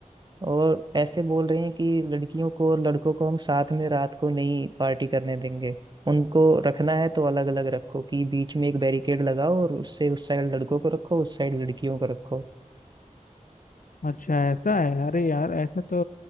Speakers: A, on the right; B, on the left.
A: और ऐसे बोल रहे हैं कि लड़कियों को और लड़कों को हम साथ में रात को नहीं पार्टी करने देंगे उनको रखना है तो अलग अलग रखो कि बीच में एक बैरिकेड लगाओ और उससे उस साइड लड़कों को रखो उस साइड लड़कियों को रखो
B: अच्छा ऐसा है अरे यार ऐसा तो